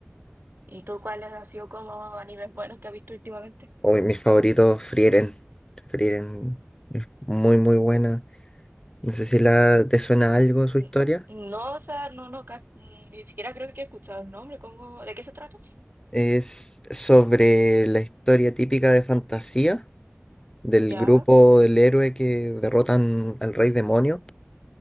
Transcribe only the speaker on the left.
Hoy mis favoritos, Frieren. Frieren, es muy, muy buena. No sé si la, te suena algo su
historia.
Es sobre la historia típica de fantasía del
grupo del héroe que derrotan al rey demonio.